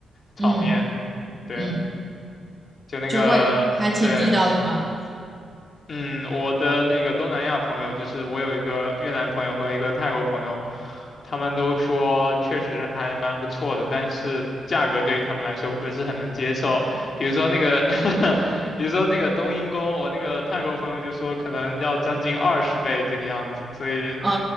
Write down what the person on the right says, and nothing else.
嗯
嗯，
就味还挺地道的嘛，
嗯